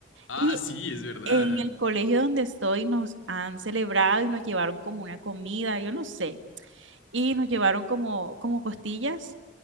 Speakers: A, on the left (about 85°); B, on the right (about 75°).
A: Ah,
B: Y
A: sí, es verdad.
B: en el colegio donde estoy nos han celebrado y nos llevaron como una comida, yo no sé, y nos llevaron como, como costillas